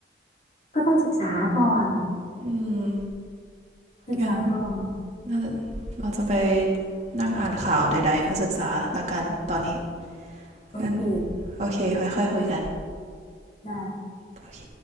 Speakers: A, on the left (about 40°); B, on the right (about 40°).
A: ก็ต้องศึกษาก่อน
B: อืม
A: ศึกษาก่อน
B: งั้นาเราจะไปนั่งอ่านข่าวใดๆเพื่อศึกษาละกันตอนนี้
A: โอเค
B: งั้น โอเคค่อยๆคุยกัน
A: ได้
B: โอเค